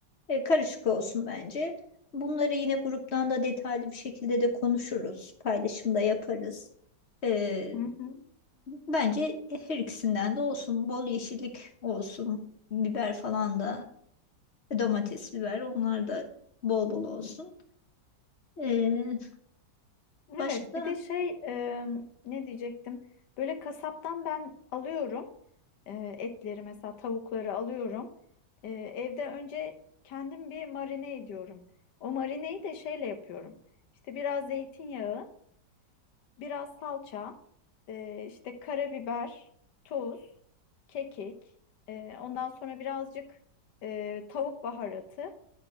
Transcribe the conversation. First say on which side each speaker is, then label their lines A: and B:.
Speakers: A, on the left; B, on the left.
A: E, karışık olsun bence. Bunları yine gruptan da detaylı bir şekilde de konuşuruz. Paylaşımda yaparız. E,
B: Hı hı.
A: bence her ikisinden de olsun. Bol yeşillik olsun. Biber falan da domates, biber onlar da bol bol olsun. E,
B: Evet,
A: başka?
B: bir de şey e, ne diyecektim? Böyle kasaptan ben alıyorum e, etleri mesela tavukları alıyorum. E, evde önce kendim bir marine ediyorum. O marineyi de şeyle yapıyorum. İşte biraz zeytinyağı, biraz salça, e, işte karabiber, tuz, kekik. e, ondan sonra birazcık e, tavuk baharatı.